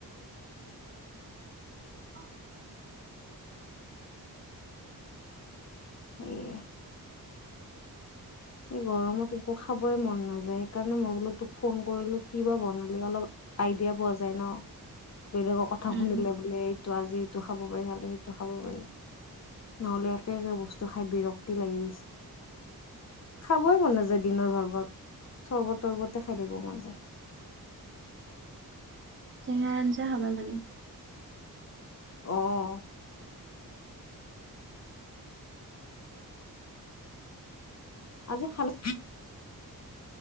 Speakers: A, on the right; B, on the left.
A: অ
B: সেয়ে এই গৰমত একো খাবই মন নাযায় সেইকাৰণে মই বোলো তোক ফোন কৰিলো ক বা বনালি অলপ আইডিয়া পোৱা যায় ন। বেলেগৰ কথা
A: উম
B: শুনিলে বোলে এইটো আজি। টো খাব পাৰি হ'লে সেইটো খাব পাৰি নহ'লে একে একে বস্তু খাই বিৰক্তি লাগি গৈছে। খাবই মন নাযায় দিনৰ ভাগত চৰ্বত তৰ্বতে খাই থাকিব মন যায়।
A: টেঙাৰ আঞ্জা খাব লাগে।
B: আহ। আজি খালে।